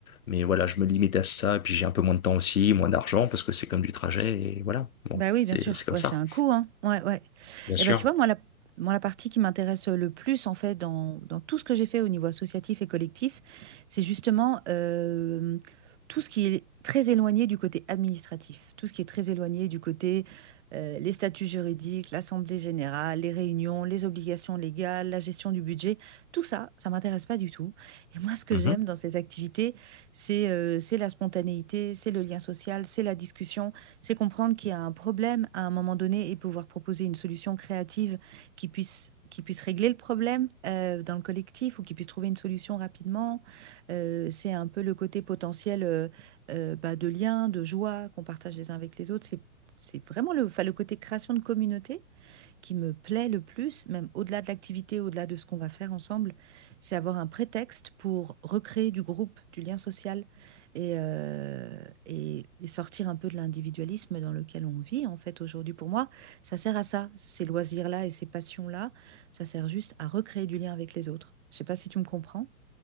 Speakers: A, on the left; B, on the right.
A: Mais voilà, je me limite à ça. Et puis j'ai un peu moins de temps aussi, moins d'argent, parce que c'est comme du trajet. Et voilà, bon,
B: Bah oui,
A: c'est
B: bien sûr.
A: c'est comme
B: Ouais,
A: ça,
B: c'est un coût, hein. Ouais, ouais.
A: bien
B: Et
A: sûr.
B: ben tu vois, moi, la, moi, la partie qui m'intéresse le plus, en fait, dans, dans tout ce que j'ai fait au niveau associatif et collectif, c'est justement euh, tout ce qui est très éloigné du côté administratif, tout ce qui est très éloigné du côté euh, les statuts juridiques, l'assemblée générale, les réunions, les obligations légales, la gestion du budget, tout ça, ça m'intéresse pas du tout. Et moi, ce que
A: Mhm.
B: j'aime dans ces activités, c'est euh, c'est la spontanéité, c'est le lien social, c'est la discussion c'est comprendre qu'il y a un problème à un moment donné et pouvoir proposer une solution créative qui puisse, qui puisse régler le problème euh, dans le collectif ou qui puisse trouver une solution rapidement. Euh, c'est un peu le côté potentiel euh, euh, bah, de lien, de joie qu'on partage les uns avec les autres. C'est, c'est vraiment le, enfin, le côté création de communauté qui me plaît le plus, même au-delà de l'activité, au-delà de ce qu'on va faire ensemble, c'est avoir un prétexte pour recréer du groupe, du lien social et, euh, et, et sortir un peu de l'individualisme dans lequel on vit en fait aujourd'hui. Pour moi, ça sert à ça, ces loisirs-là et ces passions-là, ça sert juste à recréer du lien avec les autres. Je sais pas si tu me comprends.